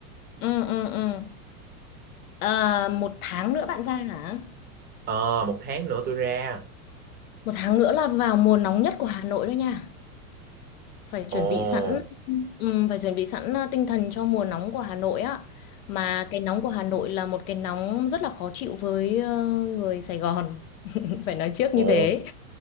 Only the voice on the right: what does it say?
Ờ, một tháng nữa tôi ra.
Ồ,
ồ,